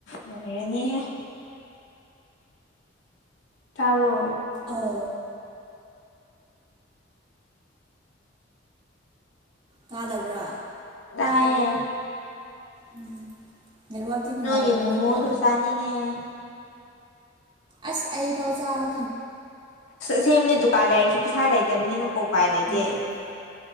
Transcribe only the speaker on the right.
ꯑꯣ ꯇꯥꯗꯕ꯭ꯔꯥ
ꯎꯝ ꯅꯠ ꯋꯥꯥꯛ ꯇꯅꯅꯨꯡꯉꯔꯔꯕꯨꯅꯤꯀꯣ
ꯑꯁ ꯑꯩ ꯐꯥꯎ ꯁꯥꯕ
ꯎꯝ